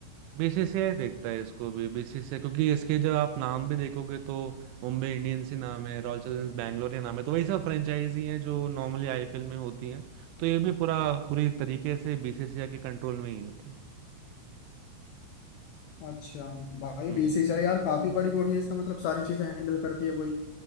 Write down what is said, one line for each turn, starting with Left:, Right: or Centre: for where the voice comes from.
Right: बीसीसीआई देखता है इसको भी बीसीसीआई क्योंकि इसके जब आप नाम भी देखोगे तो मुंबई इंडियंस ही नाम है रॉयल चैलेंजर्स बैंगलोर ही नाम है तो वही सब फ्रेंचाइजी हैं जो नॉर्मली आईपीएल में होती हैं तो ये भी पूरा पूरी तरीके से बीसीसीआई के कंट्रोल में ही होती है
Left: अच्छा भाई
Right: हम्म
Left: बीसीसीआई यार काफी बड़ी बॉडी है इसका मतलब सारी चीजें हैंडल करती है वही